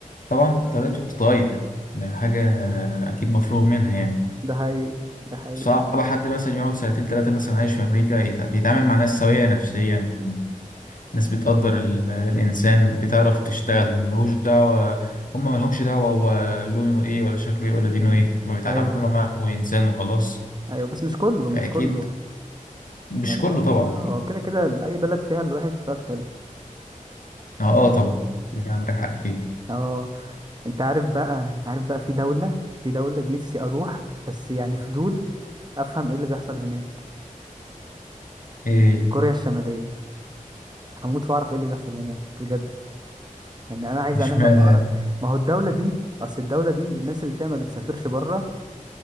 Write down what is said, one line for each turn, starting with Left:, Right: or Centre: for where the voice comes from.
Left: طبعا طريقته بتتغير ده حاجة آه، أكيد مفروغ منها يعني
Right: ده حقيقي ده حقيقي
Left: صعب حد مثلا يقعد سنتين تلاتة مثلا عايش في أمريكا يت- بيتعامل مع ناس سوية نفسيا ناس بتقدر ال- الإنسان بتعرف تشتغل ملهوش دعوة هما ملهمش دعوة هو لونه إيه ولا شكله إيه ولا دينه إيه هما بيتعاملوا
Right: ايوه
Left: معه إنسان وخلاص
Right: ايوه بس مش كله
Left: فأكيد
Right: مش كله
Left: مش
Right: يعني
Left: كله
Right: هو
Left: طبعا
Right: هو
Left: يعني
Right: كده كده اي بلد فيها الوحش وفيها الحلو
Left: اه آه طبعا يعني عندك حق فيه
Right: اه انت عارف بقى انت عارف بقى في دولة في دولة نفسي اروح بس يعني فضول افهم ايه اللي بيحصل هناك
Left: ايه
Right: كوريا الشمالية هموت واعرف ايه اللي بيحصل هناك بجد يعني انا عايز
Left: مش
Right: انام
Left: معنى
Right: ما بعرف ما هو الدوله دي اصل الدوله دي الناس اللي فيها ما بتسافرش بره